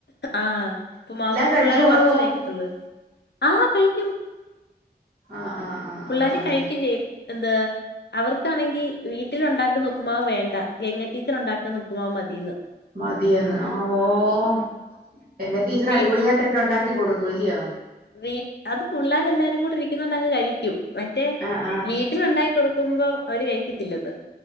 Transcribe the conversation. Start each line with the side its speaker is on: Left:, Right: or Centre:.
Left: ആഹ് ഉപ്പ്മാവ്
Right: കഴിച്ചോളുവോ
Left: പിള്ളേർ കുറച്ച് കഴിക്കത്തുള്ളു, ആഹ് കഴിക്കും
Right: ആഹ് ആഹ്
Left: പിള്ളാര്
Right: ആഹ് ആഹ് ആഹ്
Left: കഴിക്കയും എന്താ അവർക്കാണെങ്കി വീട്ടിൽ ഉണ്ടാക്കുന്ന ഉപ്പു്മാവ് വേണ്ട ഗെങ്ങാടീച്ചർ ഉണ്ടാക്കുന്ന ഉപ്പ്മാവ് മതീന്ന്
Right: മതിയന്ന് ഓഹ് <unintelligible> ടീച്ചർ
Left: വീട്ട്
Right: അടിപൊളിയായിട്ടൊക്കെ ഉണ്ടാക്കി കൊടുക്കൂ ഇല്ലയോ
Left: വീ അത് പിള്ളേരെ എല്ലാരും കൂടെ ഇരിക്കുന്നുണ്ട അങ്ങ് കഴിക്കും മറ്റേ
Right: ആഹ് ആഹ്
Left: വീ വീട്ടിൽ ഉണ്ടാക്കി കൊടുക്കുമ്പോ അവര് കഴിക്കത്തില്ലത്